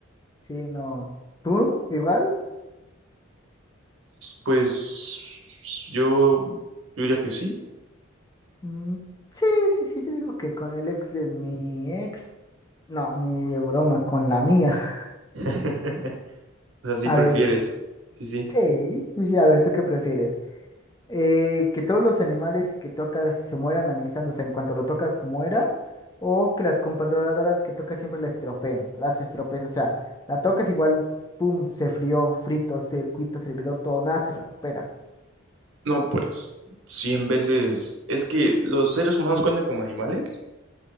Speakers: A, on the left; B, on the right.
A: sí, no. ¿Tú? ¿Igual?
B: Pues yo, yo diría que sí.
A: Mm, sí, sí, sí, yo digo que con el ex de mi ex, no, ni de broma, con la mía. <laughs>
B: <laughs> O sea, sí
A: A
B: prefieres.
A: ver,
B: Sí, sí.
A: sí, sí, sí, a ver, ¿tú qué prefieres? Eh, que todos los animales que tocas se mueran al instante, o sea, en cuanto lo tocas muera, o que las computadoras que tocas siempre la estropeen, las estropees, o sea, la tocas igual, pum, se frió, frito, circuito, servidor, todo, nada se recupera.
B: No, pues, cien veces. Es que los seres humanos cuentan como animales,